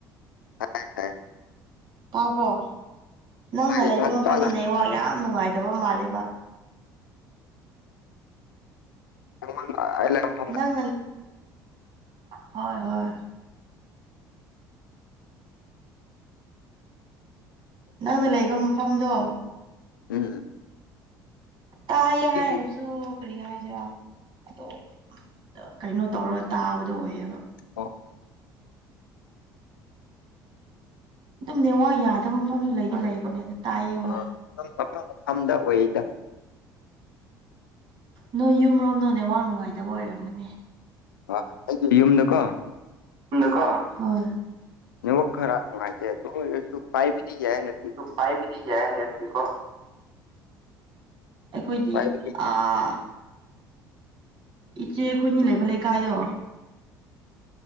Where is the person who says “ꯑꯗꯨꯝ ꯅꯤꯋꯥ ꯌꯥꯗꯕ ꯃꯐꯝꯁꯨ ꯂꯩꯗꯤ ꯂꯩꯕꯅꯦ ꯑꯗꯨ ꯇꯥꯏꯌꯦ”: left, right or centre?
Right